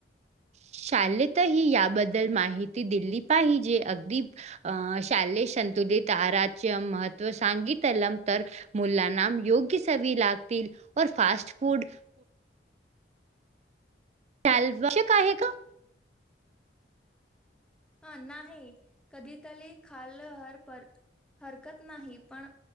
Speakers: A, on the right; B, in the centre.
A: शालेत ही याबद्दल माहिती दिली पाहिजे अगदी. अ.. शाले संतुलित आहराच्य महत्व सांगितल नंतर. मुलांना योग्य सवीय लागतील फास्ट फूड. काल वश्यक आहे गं.
B: ह.. नाही कधी तरी खाल्लं, हर हरकत नाही पण.